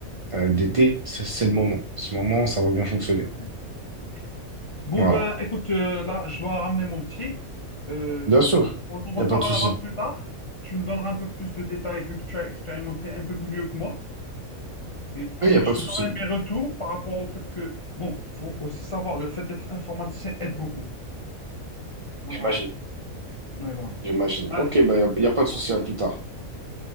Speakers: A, on the right; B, on the left.
A: euh, d'été,
B: Mhm.
A: c'est c'est le moment.
B: Mhm.
A: Ce moment, ça va bien fonctionner.
B: Ok, ok. Bon,
A: Voilà.
B: ben, écoute, euh, là, je dois ramener mon petit. Euh,
A: Bien sûr,
B: on en reparlera
A: il n'y a pas de souci.
B: plus tard. Tu me donneras un peu plus de détails vu que tu as expérimenté un peu mieux que moi. Et puis,
A: Oui, il n'y a pas
B: je
A: de
B: te
A: souci.
B: donnerai mes retours par rapport au fait que, bon, faut aussi savoir, le fait d'être informaticien aide beaucoup. Donc
A: J'imagine.
B: voilà. Donc, voilà.
A: J'imagine.
B: Allez,
A: Ok, bah, il n'y a, y
B: à
A: a pas
B: plus
A: de souci,
B: tard.
A: à plus tard.
B: À plus.